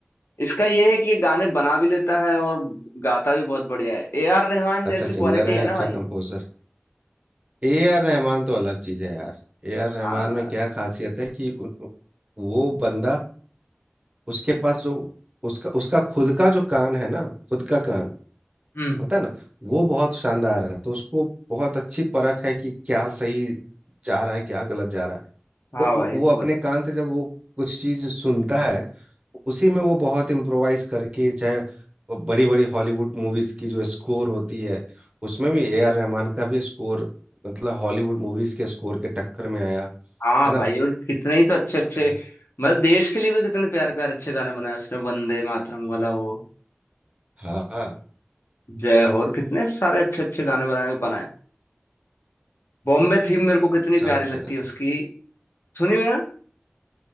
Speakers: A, on the left; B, on the right.
A: इसका ये है कि ये गाने बना भी लेता है और गाता भी बहुत बढ़िया है ए आर रहमान
B: अच्छा
A: जैसी
B: सिंगर
A: क्वालिटी
B: है
A: है ना
B: अच्छा
A: भाई
B: कंपोजर ए आर रहमान तो अलग चीज है यार ए आर रहमान
A: हाँ
B: में क्या खासियत है कि उ, उ- वो बंदा उसके पास जो उसका उसका खुद का जो कान है ना खुद का कान
A: हम्म
B: होता है ना वो बहुत शानदार है तो उसको बहुत अच्छी परख है कि क्या सही जा रहा है क्या गलत जा रहा है
A: हाँ
B: तो वो
A: भाई
B: वो
A: बहुत
B: अपने कान से जब वो कुछ चीज सुनता है उसी में वो बहुत इम्प्रोवाइज करके चाहे बड़ी बड़ी हॉलीवुड मूवीज की जो स्कोर होती है उसमें भी ए आर रहमान का भी स्कोर मतलब हॉलीवुड मूवीज के स्कोर के टक्कर में आया
A: हाँ
B: है ना
A: भाई और कितने ही तो अच्छे अच्छे
B: अरे
A: मतलब देश के लिए भी कितने प्यारे प्यारे अच्छे गाने बनाए उसने वंदे मातरम वाला हो
B: हाँ
A: जय हो और कितने सारे अच्छे अच्छे गाने बनाए बनाए बॉम्बे थीम मेरे को कितनी
B: सब
A: प्यारी
B: होते
A: लगती
B: रहते
A: है उसकी
B: हैं।
A: सुनी हुई है ना